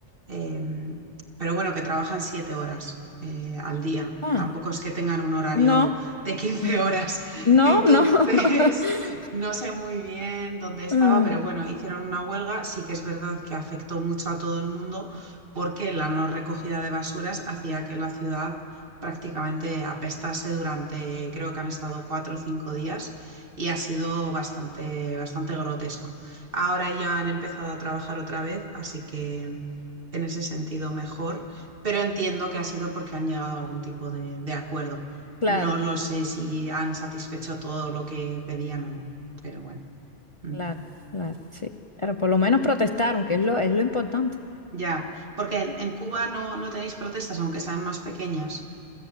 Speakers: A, on the right (about 45°); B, on the left (about 30°).
A: eh, pero bueno, que trabajan siete horas eh, al día.
B: Ah,
A: Tampoco es que tengan un horario
B: no,
A: de quince
B: Mm.
A: horas. <laughs>
B: no,
A: Entonces,
B: no. <laughs>
A: no sé muy bien dónde estaba,
B: Mm.
A: pero bueno, hicieron una huelga. Sí que es verdad que afectó mucho a todo el mundo porque la no recogida de basuras hacía que la ciudad prácticamente apestase durante, creo que han estado cuatro o cinco días y ha sido bastante, bastante grotesco. Ahora ya han empezado a trabajar otra vez, así que en ese sentido mejor, pero entiendo que ha sido porque han llegado a algún tipo de, de acuerdo.
B: Claro,
A: No lo sé si han satisfecho todo lo que pedían o no, pero bueno. Mm.
B: claro, claro, sí. Pero por lo menos protestaron, que es lo, es lo importante.
A: Ya, porque en, en Cuba no, no tenéis protestas, aunque sean más pequeñas.